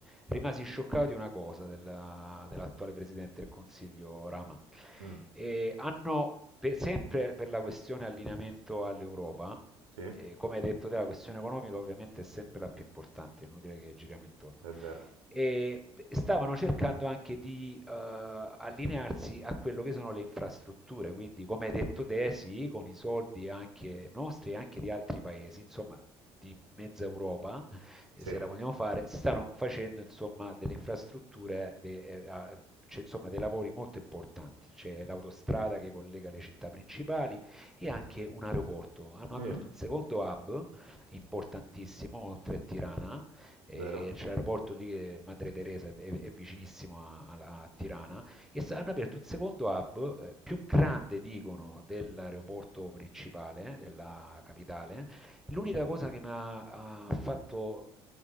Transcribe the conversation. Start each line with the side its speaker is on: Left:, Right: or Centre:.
Centre: rimasi scioccato di una cosa della- dell'attuale Presidente del Consiglio Rama.
Right: mm,
Centre: E hanno, per- sempre per la questione allineamento all'Europa,
Right: Sì, è
Centre: e come hai detto te, la questione economica ovviamente è sempre la più importante, è inutile che giriamo intorno
Right: vero.
Centre: e stavano cercando anche di eh, allinearsi a quello che sono le infrastrutture, quindi come hai detto te, sì, con i soldi anche nostri e anche di altri paesi, insomma di mezza Europa, eh,
Right: Sì.
Centre: se la vogliamo fare, si stanno facendo insomma delle infrastrutture, de- eh, a- cioè, insomma dei lavori molto importanti, c'è l'autostrada che collega le città principali e anche un aeroporto, hanno
Right: Mm,
Centre: aperto un secondo hub importantissimo oltre a Tirana e
Right: Vero?
Centre: c'è l'aeroporto lì che Madre Teresa è, è vicinissimo a, a- a Tirana e s- hanno aperto un secondo hub eh, più grande, dicono, dell'aeroporto principale, eh, della capitale. L'unica cosa che mi ha, ha fatto